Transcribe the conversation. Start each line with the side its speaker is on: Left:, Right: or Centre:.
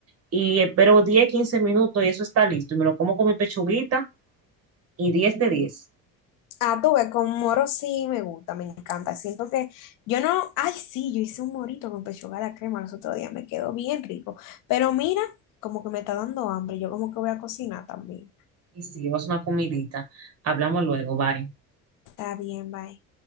Right: y espero 10 15 minutos y eso está listo. Y me lo como con mi pechuguita y diez de diez
Left: Ah, tú ves, con moro sí me gusta, me encanta. Siento que yo no, ay, sí, yo hice un morito con pechuga a la crema los otros días, me quedó bien rico. Pero mira, como que me está dando hambre, yo como que voy a cocinar también.
Right: Y sí, vas una comidita. Hablamos luego, bye.
Left: Está bien, bye.